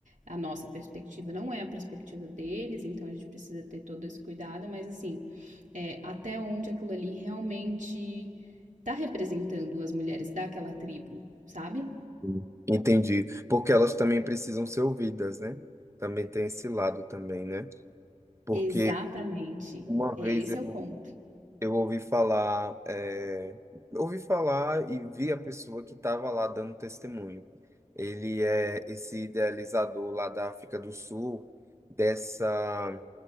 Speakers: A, on the right; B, on the right.
A: a, a nossa perspectiva não é a perspectiva deles, então a gente precisa ter todo esse cuidado, mas assim, é, até onde aquilo ali realmente está representando as mulheres daquela tribo, sabe?
B: sim. Entendi. Porque elas também precisam ser ouvidas, né? Também tem esse lado também, né? Porque
A: Exatamente.
B: Uma vez
A: É, esse
B: eu,
A: é o ponto.
B: eu ouvi falar, é, ouvi falar e vi a pessoa que estava lá dando testemunho. Ele é esse idealizador lá da África do Sul, dessa,